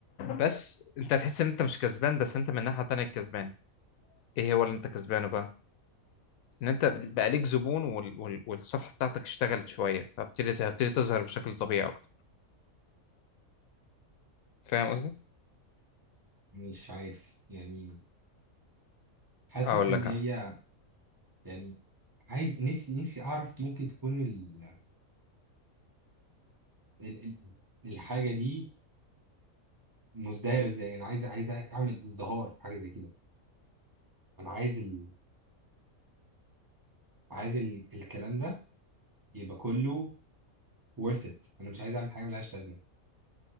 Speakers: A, on the left (about 80°); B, on the right (about 15°).
A: بس انت هتحس ان انت مش كسبان بس انت من ناحيه تانية كسبان ايه هو اللي انت كسبانه بقى ان انت بقى ليك زبون وال... وال... والصفحه بتاعتك اشتغلت شويه فابتدت هتبتدي تظهر بشكل طبيعي اكتر فاهم قصدي
B: مش عارف يعني حاسس
A: اقول
B: ان
A: لك
B: هي
A: انا
B: يعني عايز نفسي نفسي اعرف ممكن تكون ال ال ال الحاجه دي مزدهره ازاي انا عايز عايز اعمل ازدهار في حاجه زي كده انا عايز ال عايز ال الكلام ده يبقى كله worth it انا مش عايز اعمل حاجه ملهاش لازمه